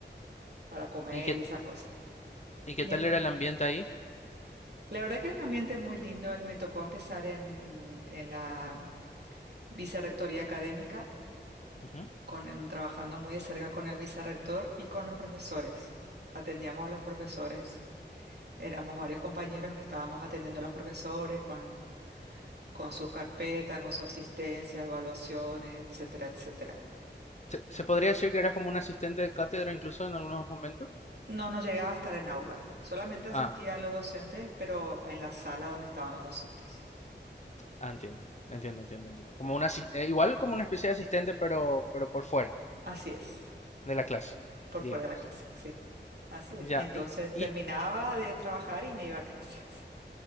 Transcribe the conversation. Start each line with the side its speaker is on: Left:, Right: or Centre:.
Right: para comer
Left: ¿Y qué,
Right: y esas cosas.
Left: y qué
Right: Y
Left: tal era el ambiente ahí?
Right: la verdad que era un ambiente muy lindo. Me tocó empezar en, en la Vicerrectoría académica,
Left: Ujú.
Right: con el- trabajando muy de cerca con el vicerrector y con los profesores. Atendíamos a los profesores. Éramos varios compañeros que estábamos atendiendo a los profesores con, con sus carpetas, con su asistencia, evaluaciones, etcétera, etcétera.
Left: ¿Se, se podría decir que eras como un asistente de cátedra incluso en algunos momentos?
Right: No, no llegaba a estar en aula. Solamente asistía
Left: Ah,
Right: a los docentes, pero en la sala donde estaban los docentes.
Left: ah, entiendo, entiendo, entiendo, entiendo. Como una, igual como una especie de asistente, pero, pero por fuera
Right: Así es,
Left: de la clase,
Right: por
Left: digamos.
Right: fuera de la clase, sí. Así es.
Left: Ya,
Right: Y entonces
Left: y,
Right: terminaba
Left: y
Right: de trabajar y me iba a clases.